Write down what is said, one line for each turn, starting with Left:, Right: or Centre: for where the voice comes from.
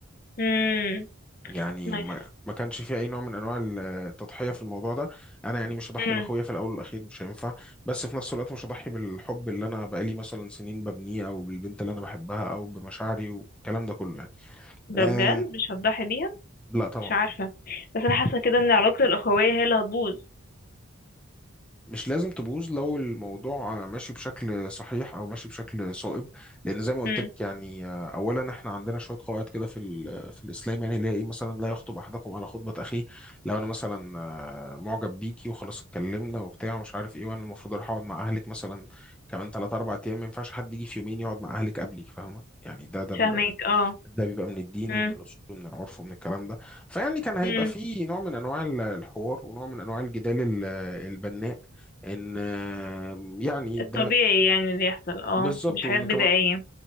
Left: مم.
Centre: يعني
Left: نايس
Centre: ما ما كانش في اي نوع من انواع التضحيه في الموضوع ده انا يعني مش هضحي
Left: مم.
Centre: باخويا في الاول والاخير مش هينفع بس في نفس الوقت مش هضحي بالحب اللي انا بقالي مثلا سنين ببنيه او بالبنت اللي انا بحبها او بمشاعري والكلام ده كله يعني
Left: ده
Centre: أم
Left: بجد مش هتضحي بيها
Centre: لا طبعا
Left: مش عارفة بس انا حاسة كده ان علاقة الاخوية هي اللي هتبوظ
Centre: مش لازم تبوظ لو الموضوع ماشي بشكل صحيح او ماشي بشكل صائب لان زي ما قلت
Left: مم.
Centre: لك يعني آه، اولا احنا عندنا شويه قواعد كده في ال- في الاسلام يعني اللي هي ايه مثلا لا يخطب احدكم على خطبه اخيه لو انا مثلا معجب بيكي وخلاص اتكلمنا وبتاع ومش عارف ايه وانا المفروض اروح اقعد مع اهلك مثلا كمان 3 4 ايام ما ينفعش حد يجي في يومين يقعد مع اهلك قبلي فاهمه يعني ده ده بيبقى
Left: فاهمك
Centre: من
Left: اه
Centre: ده بيبقى من الدين
Left: مم.
Centre: ومن الاصول ومن العرف ومن الكلام ده فيعني كان هيبقى
Left: مم.
Centre: فيه نوع من انواع ال- الحوار ونوع من انواع الجدال ال- البناء ان آه، يعني ده
Left: الطبيعي يعني اللي يحصل اه
Centre: بالظبط
Left: مش حاجات
Centre: وان
Left: بدائية
Centre: كمان